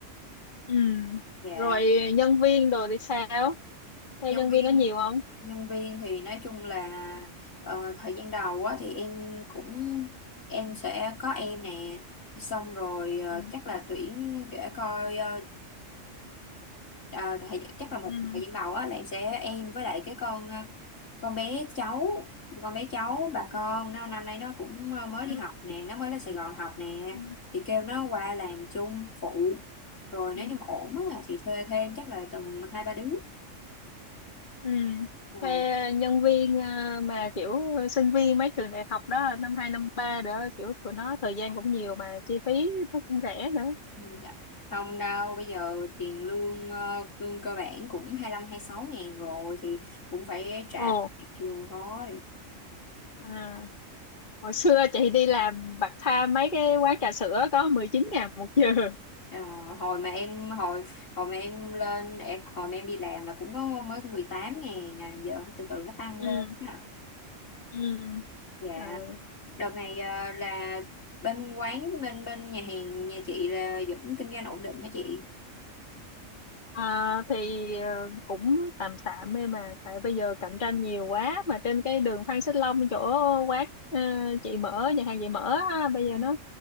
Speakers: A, on the left; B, on the left.
A: ừ
B: dạ
A: rồi nhân viên đồ thì sao thuê
B: nhân
A: nhân
B: viên
A: viên có nhiều không
B: nhân viên thì nói chung là ờ, thời gian đầu á thì em cũng em sẽ có em nè xong rồi ờ,
A: ừ
B: chắc là tuyển để coi ờ, ờ, thời, chắc là một
A: ừ
B: thời gian đầu á là em sẽ em với lại cái con ờ, con bé cháu con bé cháu bà con
A: ừ
B: nó năm nay nó cũng ờ, mới đi
A: ừ
B: học nè nó mới lên Sài Gòn học nè
A: ừ
B: thì kêu nó qua làm chung phụ rồi nếu
A: ừ.
B: như mà ổn á thì thuê thêm chắc là tầm hai ba đứa
A: Ừ.
B: Ừ.
A: thuê nhân viên ờ, mà kiểu sinh viên mấy trường đại học đó năm hai năm ba đó kiểu tụi nó thời gian cũng nhiều mà chi phí nó cũng rẻ nữa
B: Ừ. Dạ. Không đâu, bây giờ tiền lương ờ, lương cơ bản cũng 25 sáu ngàn rồi thì cũng phải trả
A: ồ
B: tiền trường thôi.
A: à hồi xưa chị đi làm part time mấy cái quán trà sữa có mười chín ngàn một giờ
B: Ờ, hồi mà em hồi hồi mà em lên em, hồi mà em đi làm là cũng có mới có mười tám ngàn à, giờ từ từ nó tăng
A: ừ
B: lên à.
A: ừ
B: dạ
A: Ờ,
B: đợt này ờ, là bên quán bên bên nhà hàng nhà chị là vẫn kinh doanh ổn định hả chị
A: à, thì ờ, cũng tạm tạm ấy mà tại bây giờ cạnh tranh nhiều quá mà trên cái đường Phan Xích Long chỗ quán ờ, chị mở nhà hàng chị mở á, bây giờ
B: Ừ.
A: nó